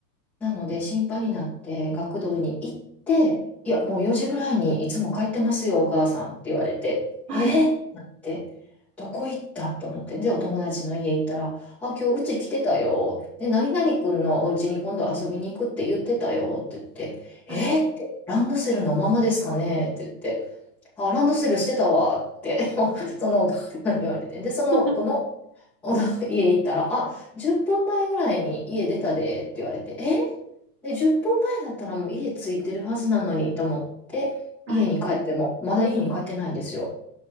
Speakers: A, in the centre; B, on the right.
A: なので心配になって学童に行って、いや、もう4時ぐらいにいつも帰ってますよ、お母さんって言われて、
B: はい、
A: えー、ってなって、どこ行ったと思って、で、お友達の家行ったら、あ、今日うち来てたよ。で、何々くんのお家に今度遊びに行くって言ってたよって言って、えー、
B: はい、
A: って、ランドセルのままですかねって言って、あ、ランドセルしてたわって <laughs> そのお母さんに言われて、で、その子の
B: <laughs>
A: <laughs> おだ家行ったら、あ、10分前ぐらいに家出たでって言われて、えで、10分前だったらもう家着いてるはずなのにと思って、
B: はい、
A: 家に帰っても、まだ家に帰ってないんですよ。